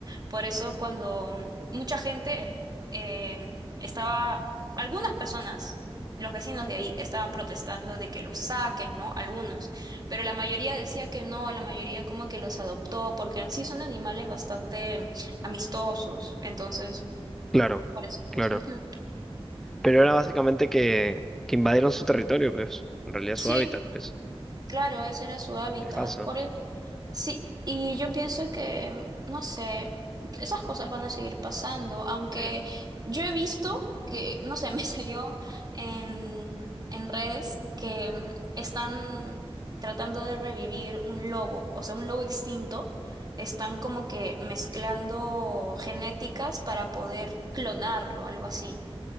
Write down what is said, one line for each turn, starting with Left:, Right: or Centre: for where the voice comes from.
Right: Por eso cuando mucha gente em, estaba, algunas personas los vecinos de ahí estaban protestando de que los saquen, ¿no? Algunos, pero la mayoría decía que no, la mayoría como que los adoptó, porque en sí son animales bastante amistosos, entonces,
Centre: Claro,
Right: por eso pues,
Centre: claro.
Right: ujú.
Centre: Pero era básicamente que, que invadieron su territorio, pues. En realidad
Right: Sí,
Centre: su hábitat, pues.
Right: claro, ese era su hábitat,
Centre: Dejazo.
Right: por eso. Sí, y yo pienso que, no sé, esas cosas van a seguir pasando, aunque
Centre: Eh,
Right: yo he visto que, no sé, <laughs> me salió en, en redes que mm, están tratando de revivir un lobo, o sea, un lobo extinto, están como que mezclando genéticas para poder clonarlo, algo así.